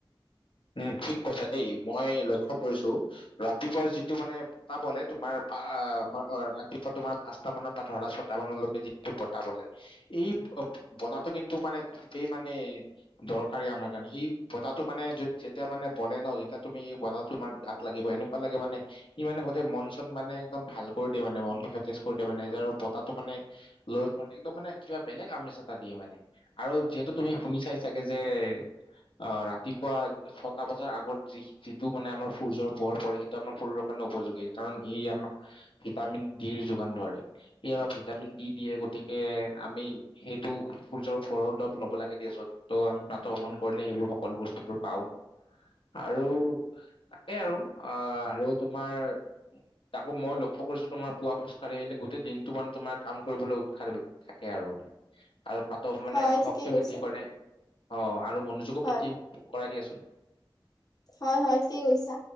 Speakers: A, on the left; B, on the left.
A: উ <unintelligible> উম ঠিক কৈছা দেই মই লক্ষ্য কৰিছো ৰাতিপুৱা যিটো মানে বতাহ বলে তোমাৰ আহ ৰাতিপুৱা তোমাৰ পাঁচটা মানৰ পৰা ধৰা ছটা মানলৈকে যিটো বতাহ বলে এই অ', বতাহটো কিন্তু মানে খুবেই মানে দৰকাৰী আমাৰ কাৰণে এই বতাহটো মানে যদি যেতিয়া মানে বলে ন যেতিয়া তুমি এই বতাহটো মানে গাত লাগিব এনেকুৱা লাগে মানে ই মানে গোটেই মন চন মানে একদম ভাল কৰি দিয়ে মানে মনটো সতেজ কৰি দিয়ে মানে বতাহটো মানে লৈ পানে একদম মানে কিবা বেলেগ আমেজ এটা দিয়ে মানে আৰু যিহেতু তুমি শুনি চাই চাগে যে অ ৰাতিপুৱা ছটা বজাৰ আগত যি যিটো মানে আমাৰ সূৰ্যৰ পোহৰ পৰে সেইটো আমাৰ শৰীৰৰ কাৰণে উপযোগী কাৰণ ই আমাক ভিটামিন ডিৰ যোগান ধৰে ই আমাক ভিটামিন দি দিয়ে গতিকে আমি সেইটো সূৰ্যৰ পোহৰ অলপ ল'ব লাগে দিয়া চোন ত' আমি বাটত <unintelligible> কৰিলে সেইবোৰ সকলো বস্তুবোৰ পাওঁ আৰু তাকে আৰু অ আৰু তোমাৰ তাকো মই লক্ষ্য কৰিছো তোমাৰ পুৱা খোজকাঢ়ি আহিলে গোটেই দিনটো মানে তোমাৰ কাম কৰিবলৈ উৎসাহ থাকে আৰু মানে আৰু পাতক মানে
B: হয়
A: শক্তি
B: ঠিকেই কৈছা
A: বৃদ্ধি কৰে অ আৰু মনোযোগো
B: হয়
A: বৃদ্ধি কৰাই দিয়াচোন
B: হয় হয় ঠিকেই কৈছা